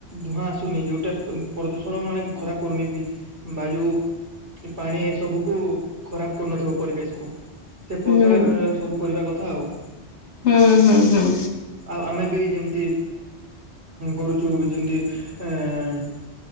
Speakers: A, on the right; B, on the left.
A: ଧୂଆଁ ଆସୁନି ଯୋଉଟା ପ୍ରଦୂଷଣ ମାନେ ଖରାପ ପଡୁନି। ବାଯୁ ପାଣି ଏ ସବୁକୁ ଖରାପ କରୁନଥିବ ପରିବେଶକୁ। ସେ ପ୍ରକାର
B: ହୁଁ।
A: ସବୁ କରିବା କଥା ଆଉ।
B: ହୁଁ ହୁଁ ହୁଁ।
A: ଆଉ ଆମେ ବି ଯେମିତି କରୁଛୁ ଯେମିତି ଏଁ